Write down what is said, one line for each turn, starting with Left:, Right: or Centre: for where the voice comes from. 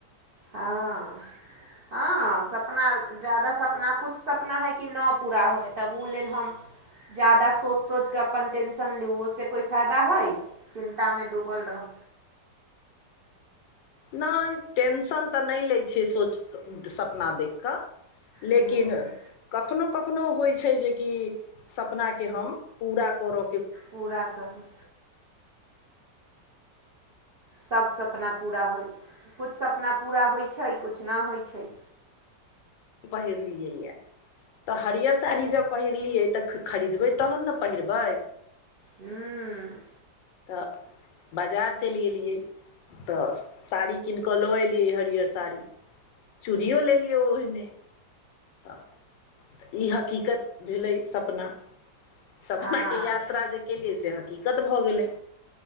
Right: हँ <unintelligible> हँ सपना ज्यादा सपना किछु सपना हइ कि न पूरा होय तब ओ लेल हम ज्यादा सोचि सोचि कऽ अपन टेंशन लिउ ओ स कोइ फायदा होय चिंता में डूबल रहू
Left: नाए टेंशन तऽ नहि लै छै सोच सपना देखि कऽ लेकिन
Right: ह
Left: कखनो कखनो होइ छै जे कि सपना के हम पूरा करय के
Right: पूरा करू सभ सपना पूरा होइ कुछ सपना पूरा होइत छै कुछ न होइत छै
Left: पहिर लिए आ तऽ हरियर साड़ी जब पहिरलियै तऽ खरीदबै तहन ने पहिरबै
Right: हूँ
Left: तऽ बजार चलि गेलियै तऽ साड़ी कीन कऽ लऽ एलियै हरियर साड़ी चूड़ियो लेलियै ओहिने तऽऽ ई हकीकत भेलै सपना सपनाके
Right: हँ
Left: यात्रा जे केलियै से हकिकत भऽ गेलै